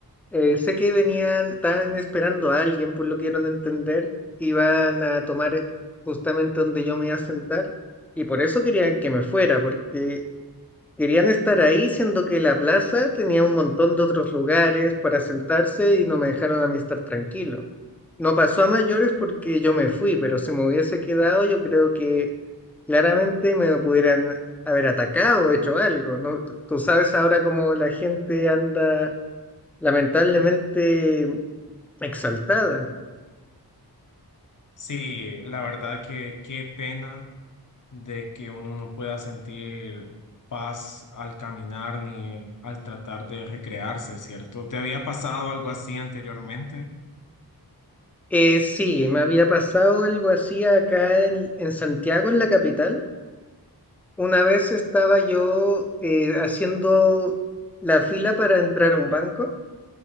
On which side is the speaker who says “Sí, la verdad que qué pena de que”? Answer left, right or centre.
Left